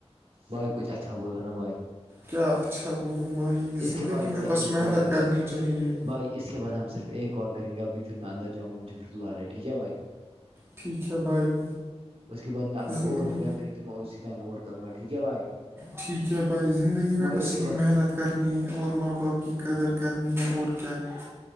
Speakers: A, on the right; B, on the right.
A: بھائی کچھ اچھا بولو نا بھائی
B: کیا اچھا بولوم بھائی
A: اس
B: زندگی
A: کے بعد بھائی
B: میں بس
A: ایک کال
B: محنت
A: کا
B: کرنی چاہیے
A: بھائی اس کے بعد ہم صرف ایک کالیں گے ابھی پھر میں اندر جاؤں گا مجھ پھر بلا رہے ٹھیک ہے بھائی
B: ٹھیک ہے بھائی
A: اس کے بعد میں اگر
B: زندگی
A: اور ہو گیا فری تو میں اسی ٹائم اور کروں گا ٹھیک ہے بھائی
B: ٹھیک ہے بھائی زندگی میں
A: مگر
B: بس
A: اس کے
B: یہی
A: بعد
B: محنت کرنی ہے اور ماں باپ کی قدر
A: ہاں
B: کرنی ہے اور کیا ہے